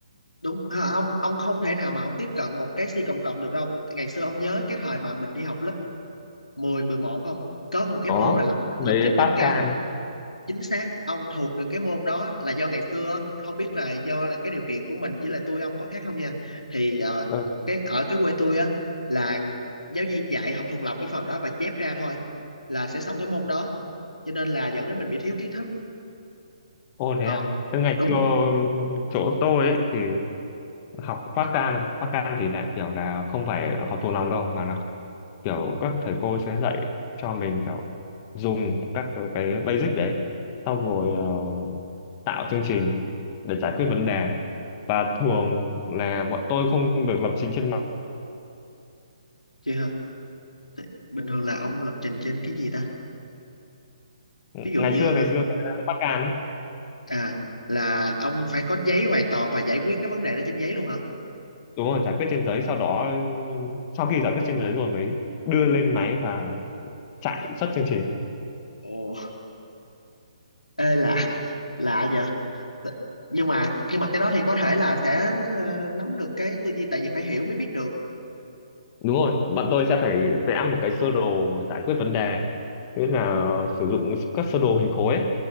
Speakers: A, on the left; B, on the left.
A: đúng à, ông ông không thể nào mà ông tiếp cận một cái C cộng cộng được đâu ngày xưa ông nhớ cái thời mà mình đi học lớp mười mười một không có một cái
B: Có
A: môn là lập
B: mấy
A: lập trình backend
B: Pascal.
A: chính xác ông thuộc được cái môn đó là do ngày xưa không biết là do là cái điều kiện của mình với lại tôi ông có khác không nha thì ờ,
B: Ừ.
A: cái ở cái quê tôi á là giáo viên dạy học thuộc lòng cái phần đó và chép ra thôi là sẽ xong cái môn đó cho nên là dẫn đến mình bị thiếu kiến thức
B: Ồ thế
A: còn
B: à. Thế ngày
A: đúng
B: xưa chỗ tôi ấy, thì học Pascal, Pascal thì lại kiểu là không phải học thuộc lòng đâu mà là kiểu các thầy cô sẽ dạy cho mình kiểu dùng các cái basic đấy xong rồi ờ, tạo chương trình để giải quyết vấn đề và thường là bọn tôi không được lập trình trên mặt
A: chị hả Thì bình thường là ông lập trình trên cái gì ta
B: ngày
A: ví dụ như
B: xưa ngày xưa cái Bắc Can ấy
A: à là ông phải có giấy hoàn toàn và giải quyết cái vấn đề đó trên giấy luôn hả
B: đúng rồi giải quyết trên giấy sau đó sau khi giải quyết trên giấy rồi mới đưa lên máy và chạy xuất chương trình
A: ồ ê lạ lạ vậy T- nhưng mà nhưng mà cái đó thì có thể là sẽ ờ, nắm được cái tư duy tại vì phải hiểu mới biết được
B: đúng rồi bọn tôi sẽ phải vẽ một cái sơ đồ giải quyết vấn đề tức là sử dụng các sơ đồ hình khối ấy,